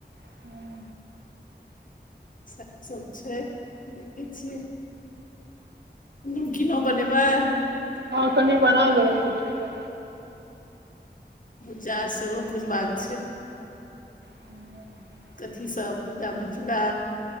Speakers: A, on the right; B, on the left.
A: <unintelligible>
B: सएह सब छै देखै छियै नमकीनो बनेबै
A: हँ कनि बना देबै किछो
B: भुज्जा सेहो भुजबाक छै
A: हू <unintelligible>
B: कथी सब भुजामे चूड़ा